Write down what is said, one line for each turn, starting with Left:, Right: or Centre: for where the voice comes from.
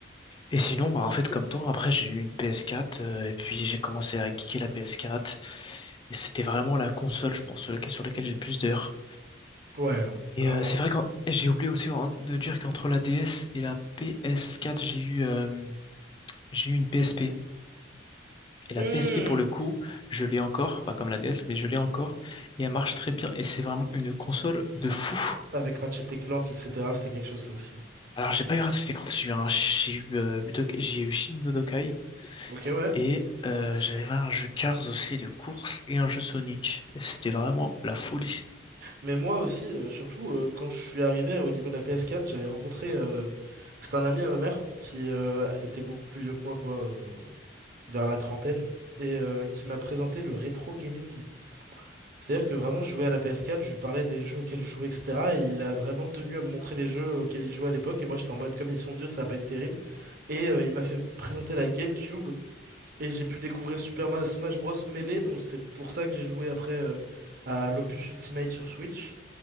Left: Et sinon, bah, en fait, comme toi, après, j'ai eu une ps quatre euh, et puis j'ai commencé à geeker la ps quatre Et c'était vraiment la console, je pense, sur laquelle, sur laquelle j'ai le plus d'heures.
Right: Ouais,
Left: Et
Right: clairement.
Left: euh, c'est vrai que j'ai oublié aussi en- de dire qu'entre la DS et la ps quatre j'ai eu, euh, j'ai eu une PSP. Et la
Right: Hmm.
Left: PSP, pour le coup, je l'ai encore, pas comme la DS, mais je l'ai encore. Et elle marche très bien. Et c'est vraiment une console de fou.
Right: Avec Ratchet et Clank, etc., c'était quelque chose, ça aussi. hein.
Left: Alors, j'ai pas eu Ratchet Clank, j'ai eu un, j'ai eu, euh, Budok- j'ai eu Shin no Dokai.
Right: Ok, ouais.
Left: Et euh, j'avais un jeu Cars aussi de course et un jeu Sonic. Et c'était vraiment la folie.
Right: Mais moi aussi, euh, surtout, euh, quand je suis arrivé euh, au niveau de la PS4, j'avais rencontré. euh, C'était un ami à ma mère qui euh, était beaucoup plus vieux que moi, quoi, euh, vers la trentaine, et euh, qui m'a présenté le rétro gaming. C'est-à-dire que vraiment, je jouais à la PS4, je lui parlais des jeux auxquels je jouais, etc. Et il a vraiment tenu à me montrer les jeux auxquels il jouait à l'époque. Et moi, j'étais en mode, comme ils sont vieux, ça va pas être terrible. Et euh, il m'a fait présenter la GameCube. Et j'ai pu découvrir Super Ma- Smash Bros. Melee. Donc, c'est pour ça que j'ai joué après euh, à l'Opus Ultimate sur Switch.